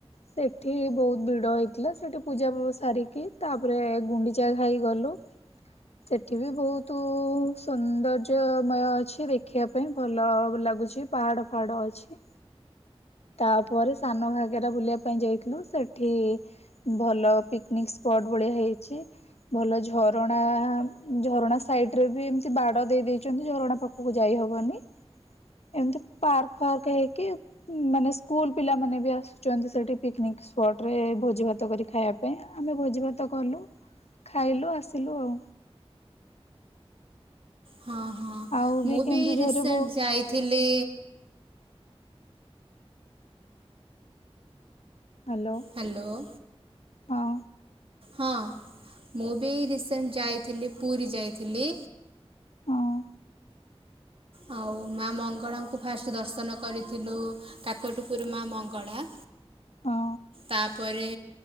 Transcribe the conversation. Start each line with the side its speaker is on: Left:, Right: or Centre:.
Left: ସେଠି ବହୁତ ଭିଡ ହେଇଥିଲା ସେଠି ପୂଜା ଫୁଜା ସାରିକି, ତାପରେ ଗୁଣ୍ଡି ଚା ଖାଇ ଗଲୁ। ସେଠି ବି ବହୁତ ସୌନ୍ଦର୍ଯ୍ୟମୟ ଅଛି ଦେଖ ଦେଖିବା ପାଇଁ ଭଲ ଲାଗୁଛି ପାହାଡ଼ ଫାହାଡ଼ ଅଛି। ତାପରେ ସାନ ଘାଗେରା ବୁଲିବା ପାଇଁ ଯାଇଥିଲୁ। ସେଠି ଭଲ ପିକ୍ନିକ୍ ସ୍ପଟ ଭଳିଆ ହେଇଛି। ଭଲ ଝରଣା, ଝରଣା ସାଇଡ ରେ ବି ଏମିତି ବାଡ ଦେଇ ଦେଇଚନ୍ତି। ଝରଣା ପାଖ ପାଖକୁ ଯାଇ ହବନି। ଏମିତି ପାର୍କ ଫାର୍କ ହେଇକି ମାନେ ସ୍କୁଲ ପିଲାମାନେ ବି ଆସୁଛନ୍ତି ସେଠି ପିକ୍ନିକ ସ୍ପଟ ରେ ଭୋଜି ଭାତ କରି ଖାଇବା ପାଇଁ, ଆମେ ଭୋଜି ଭାତ କଲୁ ଖାଇଲୁ ଆସିଲୁ ଆଉ।
Right: ହଁ ହଁ,
Left: ଆଉ
Right: ମୁଁ
Left: କେନ୍ଦୁଝରରେ
Right: ବି ରିସେଣ୍ଟ
Left: ବହୁତ
Right: ଯାଇଥିଲି
Left: ହ୍ୟାଲୋ।
Right: ହ୍ୟାଲୋ।
Left: ହଁ।
Right: ହଁ, ମୁଁ ବି ରିସେଣ୍ଟ ଯାଇଥିଲି, ପୁରୀ ଯାଇଥିଲି।
Left: ହଁ।
Right: ଆଉ ମା ମଙ୍ଗଳାଙ୍କୁ ଫାଷ୍ଟ ଦର୍ଶନ କରିଥିଲୁ। କାକଟପୂରୁମା ମଙ୍ଗଳା।
Left: ହଁ
Right: ତାପରେ